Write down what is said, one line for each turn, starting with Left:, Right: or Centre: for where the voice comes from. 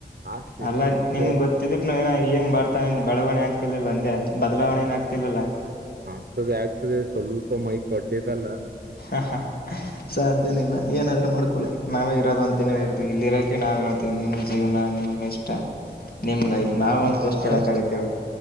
Right: ಆಸ್ತಿ
Left: ಅಲ್ಲ
Right: ಇದೆ ನಡ್ತಿದೆ
Left: ನಿನ್
Right: ಅವ್ರಿಗೆ
Left: ಗೊತ್ತಿದ್ನುಕ ನವ ಹೀನ ಬರ್ತಾನ್ ಬೆಳವಣಿ ಆಗ್ತಿಲಿಲ್ಲ ಅಂದೆ ಬದಲಾವಣೆ ಏನ ಆಗ್ತಿಲ್ಲ. ಲಿಲ್ಲ
Right: ಆಗ್ತದೆ ಆಗ್ತದೆ ಸ್ವಲ್ಪ ಮೈ ಕೊಡ್ಡಿದೆಲ್ಲ.
Left: ಹಾ ಹ ಸಾಧ್ಯನೆ ಇಲ್ಲ ಏನಾದ್ರೂ ಮಾಡ್ಕೊಳ್ಳಿ. ನಾವೇ ಇರೋದ ಒಂದ್ ತಿಂಗಳ ಇರ್ತವಿ ಇಲ್ಲಿ ಇರೋಕ ನಾವೇ ಹೇಳ್ತೀವಿ ನಿಮ್ಮ ಜೀವನ ನಿಮ ಇಷ್ಟ. ನಿಮ್ ಲೈಫ್ ನಾವ್
Right: ಅೋಣ
Left: ಅಂತ ಎಷ್ಟ್
Right: ಮತ್ತ
Left: ಹೇಳಕ್ ಆಗತ್ತ ಹೇಳ